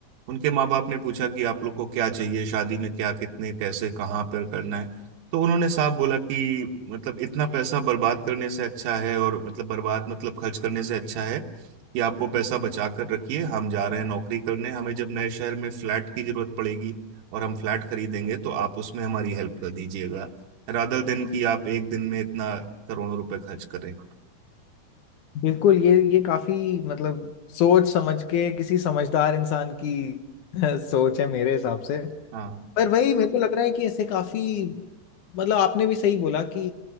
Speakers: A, on the right; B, on the left.
A: उनके माँ बाप ने पूछा कि आप लोग को क्या चाहिए शादी में क्या कितने कैसे कहाँ पर करना है तो उन्होंने साफ बोला कि मतलब इतना पैसा बर्बाद करने से अच्छा है और मतलब बर्बाद मतलब खर्च करने से अच्छा है कि आप वो पैसा बचा कर रखिए हम जा रहे हैं नौकरी करने हमें जब नए शहर में फ्लैट की जरूरत पड़ेगी और हम फ्लैट खरीदेंगे तो आप उसमें हमारी हेल्प कर दीजिएगा रादर देन कि आप एक दिन में इतना करोड़ों रुपए खर्च करें
B: बिल्कुल ये ये काफी मतलब सोच समझ के किसी समझदार इंसान की <laughs> सोच है मेरे हिसाब से
A: हम्म।
B: पर वही मेरे को लग रहा है कि ऐसे काफी मतलब आपने भी सही बोला कि